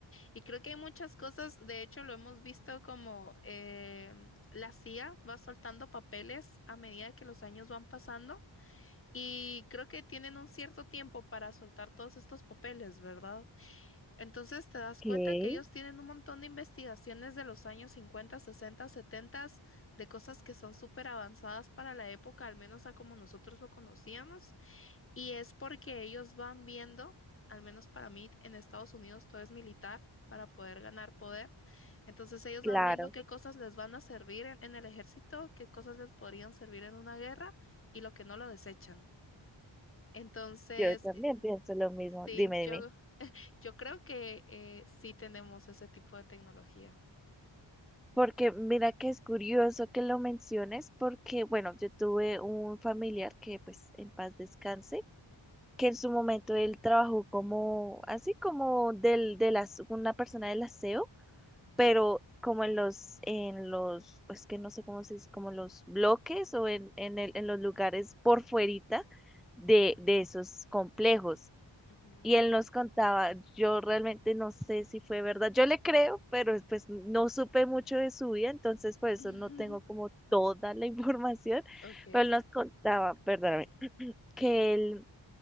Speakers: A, on the left; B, in the centre.
A: Y creo que hay muchas cosas, de hecho lo hemos visto como em, la CIA va soltando papeles a medida que los años van pasando y creo que tienen un cierto tiempo para soltar todos estos papeles, ¿verdad? Entonces te das
B: ¿Qué?
A: cuenta que ellos tienen un montón de investigaciones de los años 50, 60, 70, de cosas que son súper avanzadas para la época, al menos a como nosotros lo conocíamos. Y es porque ellos van viendo, al menos para mí, en Estados Unidos todo es militar para poder ganar poder. Entonces ellos
B: Claro,
A: van viendo qué cosas les van a servir en, en el ejército, qué cosas les podrían servir en una guerra y lo que no lo desechan. Entonces,
B: yo también pienso lo mismo.
A: sí,
B: Dime,
A: yo,
B: dime.
A: yo creo que eh, sí tenemos ese tipo de tecnología.
B: Porque mira que es curioso que lo menciones, porque bueno, yo tuve un familiar que pues en paz descanse, que en su momento él trabajó como, así como del, de las, una persona del aseo
A: Ujú,
B: pero como en los, en los, es que no sé cómo se dice, como en los bloques o en, en el, en los lugares por fuerita de, de esos complejos.
A: ujú.
B: Y él nos contaba, yo realmente no sé si fue verdad, yo le creo, pero pues no supe mucho de su vida, entonces por eso
A: <laughs>
B: no tengo como toda la <laughs> información,
A: Ok.
B: pero él nos contaba, perdóname, que él,